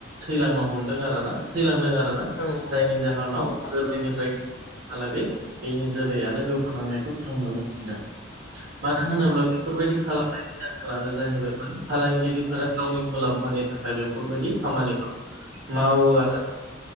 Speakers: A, on the right; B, on the left.
A: थैलांनो हमदों आरोना थैलांदों आरोना
B: औ उम औ
A: जायनि जाहोनाव
B: औ
A: गोरलैनिफ्राय गेदेरसिमहालागै बेनि जोलैयानो गोमालांनायखौ जों नुनो मोनदों मानो
B: उम
A: होनोब्ला बेफोरबायदि खालामनायनि जाहोनानो जाहैबाय मा फालांगिरिफोरा गावनि मुलाम्फा मुवानि थाखाय बेफोरबायदि खामानिखौ मावो आरोना